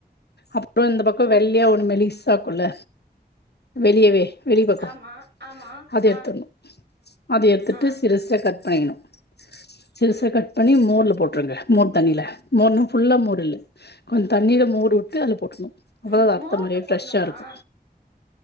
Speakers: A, on the left; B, on the right.
A: அப்றோ இந்த பக்கோ
B: ம்
A: வெள்ளயா ஒன்னு மேலிஸா இருக்குல்ல வெளியவே வெளிப்பக்கோ
B: ஆமா ஆமா
A: அத
B: ஆ
A: எத்துட்னு. அத எத்துட்டு
B: ஆ
A: சிறுசா கட் <unintelligible> சிறுசா
B: ம்
A: கட் பண்ணி மோர்ல போட்ருங்க. மோர் தண்ணில மோர்னா ஃபுல்லா மோரு இல்ல கொஞ்சோ தண்ணீல மோர்வுட்டு அதுல போட்ருனு. அவ்வளவுதா
B: ம்
A: அர்த்த
B: மோர்ல
A: மாரியே
B: போடணுமா
A: ஃப்ரெஷ்ஷா இருக்கு.